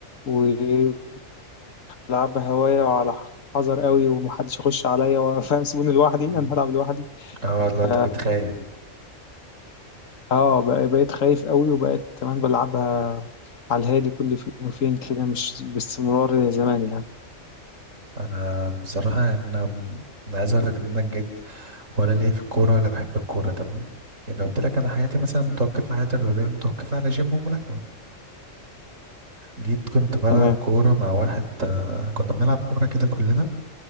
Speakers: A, on the left; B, on the right.
A: وبقيت ألعبها هواية وعلى حذر أوي ومحدش يخش عليا وفاهم <laughs> سيبوني لوحدي
B: بالله.
A: أنا هلعب لوحدي
B: اه والله
A: ف-
B: انت بتخايف
A: اه بق- بقيت خايف قوي وبقيت كمان بلعبها على الهادي كل فين وفين كده مش باستمرار زي زمان يعني
B: انا بصراحة يعني انا انا عايز اقول لك ان انا جيت ولا ليا في الكورة ولا بحب الكورة تمام يعني لو قلت لك انا حياتي مثلا متوقفة حياتي الرياضية متوقفة على جيم وملاكمة جيت كنت بلعب
A: تمام
B: كورة مع واحد آه، كنا بنلعب كورة كده كلنا